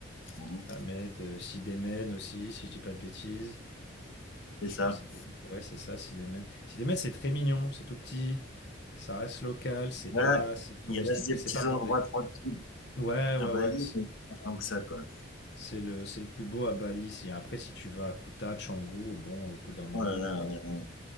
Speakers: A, on the left; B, on the left.
A: Mhm.
B: Ahmed, euh, Sidémène aussi, si je dis pas de bêtises.
A: C'est
B: Ah, Je
A: ça.
B: crois que Sidémène, ouais, c'est ça, Sidémène. Sidémène, c'est très mignon, c'est tout petit, ça reste local, c'est
A: Voilà,
B: pas, c'est touristique,
A: il reste
B: mais
A: des
B: c'est
A: petits
B: pas bondé.
A: endroits tranquilles
B: Ouais, ouais,
A: à Bali,
B: ouais, c-
A: mais pas tant que ça, quoi.
B: c'est le, c'est le plus beau à Bali. Si- Après, si tu vas à Kuta, Canggu, bon, au bout d'un moment,
A: Oh là là,
B: euh,
A: ouais, non,